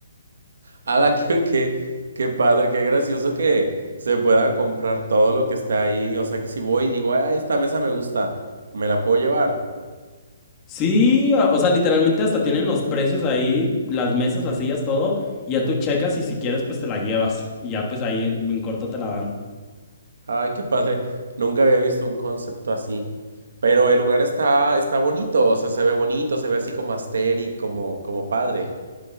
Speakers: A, on the right (about 75°); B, on the left (about 25°).
A: Ala, <laughs> qué, qué, qué padre, qué gracioso que se pueda comprar todo lo que está ahí. O sea que si voy y digo, ah, esta mesa me gusta, me la puedo llevar.
B: Sí, a- o sea, literalmente hasta tienen los precios ahí, las mesas, las sillas, todo, y ya tú checas y si quieres pues te la llevas y ya pues ahí en en corto te la dan.
A: Ay, qué padre. Nunca había visto un concepto así. Pero el lugar está, está bonito, o sea, se ve bonito, se ve así como asteric, como, como padre.